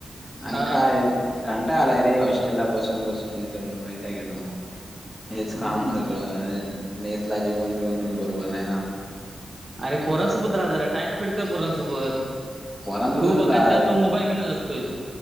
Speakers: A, on the left; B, on the right.
A: आणि
B: हा
A: काय कंटाळा आलाय रे हॉस्टेल ला बसून-बसून इथं वैताग येतो. हेच
B: हम्म
A: खाऊन सगळं <unintelligible> मेसला जेवण बिवण पण बरोबर नाही ना.
B: अरे पोरांसोबत राहा जरा, टाइम स्पेंड कर पोरांसोबत.
A: पोरांसोबतच
B: तू बघेल
A: आहे
B: तेव्हा तू तो मोबाईल घेऊनच असतोयस,